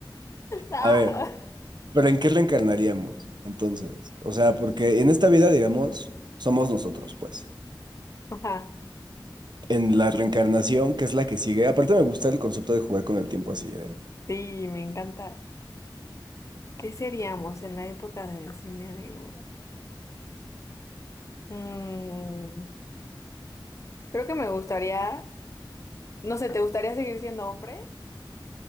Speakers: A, on the left; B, on the right.
A: Ah,
B: A ver, pero ¿en qué reencarnaríamos entonces? O sea, porque en esta vida, digamos, somos nosotros, pues.
A: Ajá,
B: En la reencarnación, que es la que sigue. Aparte, me gusta el concepto de jugar con el tiempo así, ¿eh?
A: sí, me encanta. ¿Qué seríamos en la época del cine de oro? Mm, creo que me gustaría, no sé, ¿te gustaría seguir siendo hombre?